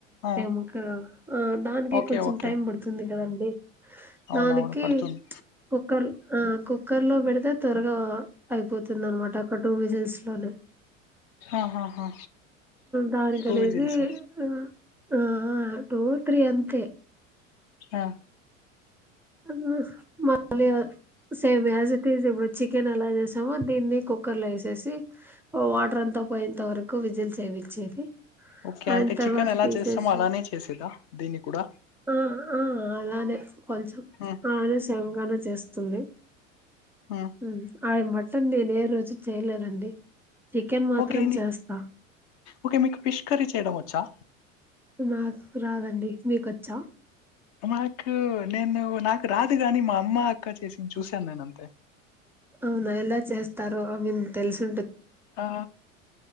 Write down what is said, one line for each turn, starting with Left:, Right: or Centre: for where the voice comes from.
Left: ఆ
Centre: ముక్క ఆ దానికి
Left: ఓకే
Centre: కొంచెం
Left: ఓకే
Centre: టైం పడుతుంది కదండి
Left: అవునవును
Centre: దానికి
Left: పడుతుంది
Centre: హా కుకర్ కు కుక్కర్లో పెడితే త్వరగా అయిపోతుంది అనమాట అక్క టూ విజిల్స్ లోనే
Left: ఆహాహా
Centre: దానికి
Left: టూ
Centre: అనేసి
Left: విజిల్స్
Centre: ఆ ఆ టూ త్రీ అంత
Left: ఆ
Centre: అవు మ అలియ సేమ్ యాస్ టిస్ ఎ వచ్చి చికెన్ ఎలా చేసామో దీన్ని కుక్కర్ లో వేసేసి వాటర్ అంతా పోయేంత వరకు విజల్ సేవిచ్చేది
Left: ఓకే
Centre: ఆయన
Left: అంటే
Centre: తర్వాత
Left: చికెన్ ఎలా
Centre: తీసేసింది
Left: చేస్తామో అలానే చేసేదా దీన్ని కూడా
Centre: ఆ ఆ అలానే కొంచం
Left: ఉమ్
Centre: అదే సేమ్గానే చేస్ తుంది
Left: ఉమ్
Centre: హుమ్ అవి మాట్ తోన్ నేను ఏ రోజు చేయలేదండి చికెన్ మాత్రం
Left: ఓకే అండి
Centre: చేస్తా
Left: ఓకే మీకు ఫిష్ కర్రీ చేయడం వచ్చా
Centre: నాకు రాదండి మీకొచ్చ
Left: మాకు నేను నాకు రాదు కానీ మా అమ్మ అక్క చేసింది చూశాను నేను అంతే
Centre: అవునా ఎలా చేస్తారో ఆ మేము తెలుసు
Left: ఆ